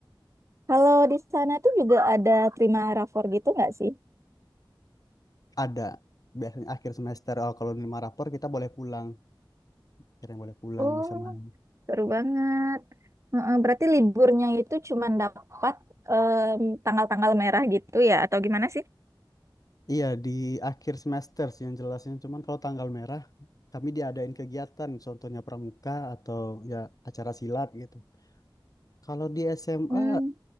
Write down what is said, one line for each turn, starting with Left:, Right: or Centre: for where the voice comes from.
Right: Kalau di sana tuh juga ada prima rapor gitu nggak sih?
Left: Ada. Biasanya akhir semester, oh, kalau lima rapor kita boleh pulang. kira-kira boleh pulang,
Right: Oh,
Left: bisa main.
Right: Seru banget. Heeh, Berarti liburnya itu cuma dapat em, tanggal-tanggal merah gitu ya, atau gimana sih?
Left: Iya, di akhir semester sih yang jelasnya. Cuman kalau tanggal merah, kami diadain kegiatan. Contohnya pramuka atau ya acara silat gitu. Kalau di SMA,
Right: Hmm,